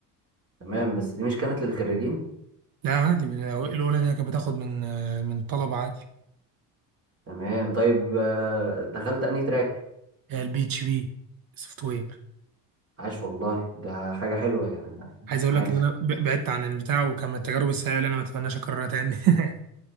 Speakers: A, on the right; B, on the right.
A: تمام بس دي مش كانت للخريجين
B: لا عادي الاولى دي كانت بتاخد من من طلبه عادي
A: تمام طيب آه دخلت أنهي تراك
B: البي اتش بي سوفت وير
A: عاش والله ده حاجة حلوة يعني
B: عايز اقول
A: عاش
B: لك ان انا ب- بعدت عن البتاع وكان من التجارب السيئه اللي انا ما اتمناش اكررها تاني <laughs>